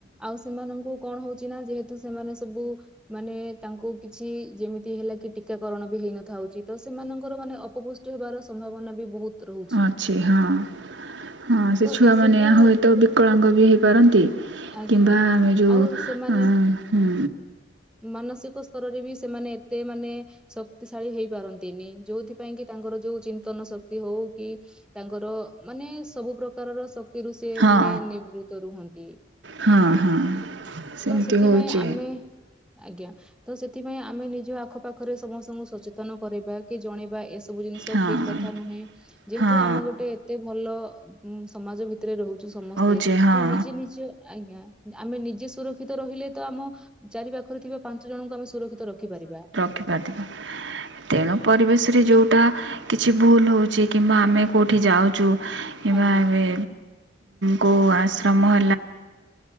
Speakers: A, in the centre; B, on the right (about 75°).
A: ଆଉ ସେମାନଙ୍କୁ କଣ ହଉଛି ନା? ଯେହେତୁ ସେମାନେ ସବୁ ମାନେ ତାଙ୍କୁ କିଛି ଯେମିତି ହେଲା କି ଟିକାକରଣ ବି ହେଇନଥାଉଛି। ତ ସେମାନଙ୍କର ମାନେ ଅପପୁ- ପୁଷ୍ଟି ହେବାର ସମ୍ଭାବନା ବି ବହୁତ ରହୁଛି
B: ଅଛି। ହଁ ହଁ, ସେ
A: ତ
B: ଛୁଆମାନେ
A: ଏସବୁ
B: ଏହା ହୁଏତ ବିକଳାଙ୍ଗ ବି ହେଇପାରନ୍ତି।
A: ଆଜ୍ଞା
B: କିମ୍ବା ଆମେ ଯୋଉ
A: ଆଉ ସେମାନେ
B: ଅ ହଁ।
A: ମାନସିକ ସ୍ତରରେ ବି ସେମାନେ ଏତେ ମାନେ ଶକ୍ତିଶାଳୀ ହେଇପାରନ୍ତିନି। ଯୋଉଥିପାଇଁ କି ତାଙ୍କର ଯୋଉ ଚିନ୍ତନ ଶକ୍ତି ହଉ କି ତାଙ୍କର ମାନେ ସବୁ ପ୍ରକାରର ଶକ୍ - କ୍ତିରୁ ସେ
B: ହଁ
A: ମାନେ ନିବୃତ୍ତ ରୁହନ୍ତି।
B: ହଁ ହଁ ସେମିତି
A: ତ ସେଥିପାଇଁ
B: ହେଉଛି
A: ଆମେ ଆଜ୍ଞା ତ ସେଥିପାଇଁ ଆମେ ନିଜ ଆଖପାଖରେ ସମସ୍ତଙ୍କୁ ସଚେତନ କରିବା କି ଜଣେଇବା ସବୁ ଜିନିଷ
B: ହଁ
A: ଠିକ କଥା ନୁହେଁ ଯେହେତୁ
B: ହଁ
A: ଆମେ ଗୋଟେ ଏତେ ଭଲ ସମାଜ ଭିତ ତରେ ରହୁଛୁ ସମସ୍ତେ
B: ହେଉଛି ହଁ
A: ତ ନିଜେ ନିଜ ଆଜ୍ଞା ଆମେ ନିଜେ ସୁରକ୍ଷିତ ରହିଲେ ତ ଆମ ଚାରି ପାଖ ଖରେ ଥିବା ପାଞ୍ଚ ଜଣଙ୍କୁ ଆମେ ସୁରକ୍ଷିତ ରଖିପାରିବା
B: ିବା ଦିବା <unintelligible> ତେଣୁ ପରିବେଶରେ ଯୋଉଟା କିଛି ଭୁଲ ହଉଛି କିମ୍ବା ଆମେ କୋଉଠି ଯାଉଛୁ ଏ
A: ଆଜ୍ଞା
B: ମା ଏବେ କ <inaudible>